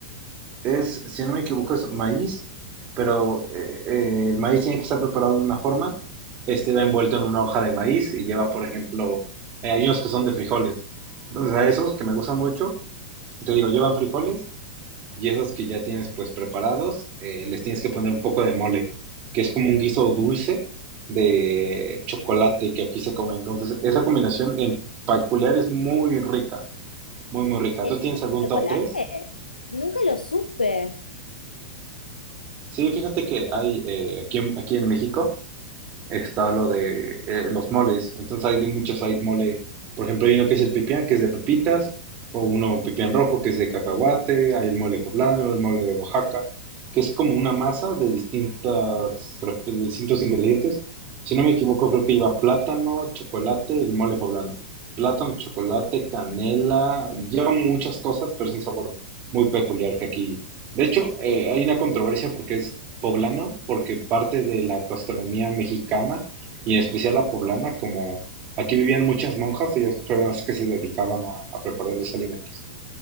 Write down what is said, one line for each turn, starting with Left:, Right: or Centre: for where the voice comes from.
Right: Es, si no me equivoco, es maíz, pero eh, eh, el maíz tiene que estar preparado de una forma. Este va envuelto en una hoja de maíz y lleva, por ejemplo, eh, hay unos que son de frijoles. Entonces, a esos que me gustan mucho, Te digo, llevan frijoles y esos que ya tienes pues preparados, eh, les tienes que poner un poco de mole, que es como un guiso dulce de chocolate que aquí se come. Entonces, esa combinación en peculiar es muy rica, muy, muy rica.
Left: ¿El
Right: ¿Tú tienes
Left: mundo
Right: algún
Left: de
Right: top
Left: chocolate?
Right: 3?
Left: Nunca lo supe.
Right: Sí, fíjate que hay eh, aquí, en- aquí en México. está lo de eh, los moles. Entonces hay de muchos, hay mole, por ejemplo, hay uno que es el pipián, que es de pepitas, o uno pipián rojo, que es de cacahuate, hay el mole poblano, el mole de Oaxaca, que es como una masa de distintas, pre- de distintos ingredientes. Si no me equivoco, creo que lleva plátano, chocolate, el mole poblano. Plátano, chocolate, canela, lleva muchas cosas, pero es un sabor muy peculiar que aquí. De hecho, eh, hay una controversia porque es poblano porque parte de la gastronomía mexicana y en especial la poblana, como aquí vivían muchas monjas, ellas fueron las que se dedicaban a, a preparar los alimentos.